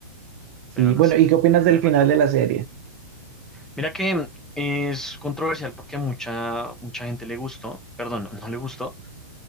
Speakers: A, on the right; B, in the centre.
A: Sí,
B: pero no
A: bueno,
B: sé,
A: ¿y qué opinas del
B: me
A: final
B: faltó.
A: de la serie?
B: Mira que mm, es controversial porque a mucha, mucha gente le gustó, perdón, no le gustó.